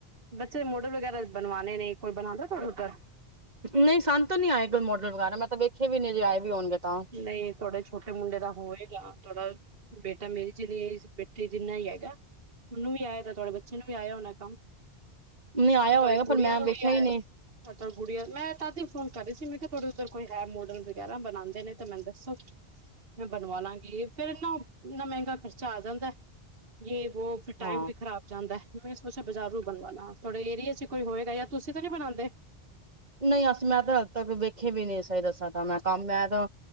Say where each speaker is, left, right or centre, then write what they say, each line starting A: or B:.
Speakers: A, on the right; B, on the right.
A: ਬੱਚੇ ਮੋਡਲ ਵਗੈਰਾ ਬਨਵਾਨੇ ਨੇ, ਕੋਈ ਬਣਾਦੈ ਤੁਅਡੇ ਉਧਰ?
B: ਨੲੀਂ, ਸਾਨ ਤੇ ਨੀ ਆਏ ਕਲ ਮੋਡਲ ਵਗੈਰਾ, ਮੈਂ ਤਾਂ ਵੇਖੇ ਵੀ ਨੲੀਂ ਜੇ ਆਏ ਵੀ ਹੋਨਗੇ ਤਾਂ।
A: ਨੲੀਂ, ਥੋਡੇ ਛੋਟੇ ਮੁੰਡੇ ਦਾ ਹੋਏਗਾ ਤੋਡਾ ਬੇਟਾ ਮੇਰੀ ਜਿੰਨੀ ਏਜ, ਬੇਟੇ ਜਿੰਨਾ ਈ ਐਗਾ, ਉਨੂੰ ਵੀ ਆਇਐ ਤਾਂ ਤੁਆਡੇ ਬੱਚੇ ਨੂੰ ਵੀ ਆਇਆ ਹੋਨਾ। ਕੰਮ,
B: ਨਹੀਂ ਆਇਆ
A: ਤੁਆਡ
B: ਹੋਏਗਾ
A: ਗੁੜੀਆ
B: ਪਰ ਮੈਂ
A: ਨੂੰ
B: ਵੇਖਿਆ
A: ਵੀ ਆ
B: ਹੀ
A: ਐ,
B: ਨਹੀਂ
A: ਤੁਹਾ ਗੁੜੀਆਂ, ਮੈਂ ਤਦੀ ਫੋਨ ਕਰ ਰੲੇ ਸੀ, ਮੈਂ ਕਿਹਾ ਥੋਡੇ ਉੱਧਰ ਕੋਈ ਹੈ ਮੋਡਲ ਵਗੈਰਾ ਬਣਾਂਦੇ ਨੇ ਤੇ ਮੈਨੂੰ ਦੱਸੋ। ਮੈਂ ਬਨਵਾ ਲਾਂਗੀ ਫੇਰ ਨਾ, ਇੰਨਾ ਮੈਂਗਾ ਖਰਚਾ ਆ ਜਾਂਦੈ, ਯੇ ਵੌ, ਫਿਰ ਟਾਈਮ
B: ਹਾਂ
A: ਵੀ ਖਰਾਬ ਜਾਂਦੈ। ਮੈਂ ਸੋਚਿਆ ਬਜ਼ਾਰੋ ਬਨਵਾ ਲਾਂ, ਥੋਡੇ ਏਰੀਏ ਚ ਕੋਈ ਹੋਏਗਾ ਯਾ, ਤੁਸੀਂ ਤਾਂ ਨੀ ਬਣਾਂਦੇ?
B: ਨਹੀਂ ਅਸ ਮੈਂ ਤੇ ਅਜੇ ਤੱਕ ਵੇਖੇ ਵੀ ਨ ਸਹੀ ਦੱਸਾਂ ਤਾਂ ਮੈਂ ਕੰਮ ਮੈਂ ਤਾ